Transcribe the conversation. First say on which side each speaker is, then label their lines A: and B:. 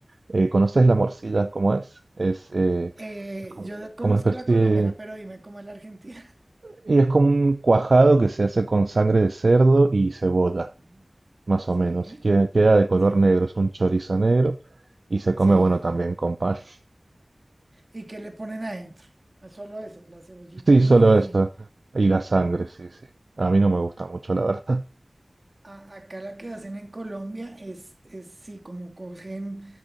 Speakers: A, on the right (about 60°); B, on the right (about 35°).
A: Eh, ¿conoces la morcilla cómo es? Es, eh,
B: Eh,
A: es como,
B: yo la- conozco
A: como una especie
B: la colombiana,
A: de-
B: pero dime cómo es la argentina. <laughs>
A: Y es como un cuajado que se hace con sangre de cerdo y cebolla.
B: Ah,
A: más
B: Sí,
A: o menos. Y queda, queda de color
B: sí,
A: negro, es un chorizo negro y se
B: sí.
A: come, bueno, también con pan. <laughs>
B: ¿Y qué le ponen adentro? Ah, Solo eso, la cebollita
A: Sí,
B: y,
A: solo
B: y
A: eso. Y la sangre, sí, sí. A mí no me gusta mucho, la verdad.
B: A- acá la que hacen en Colombia es, es sí, como cogen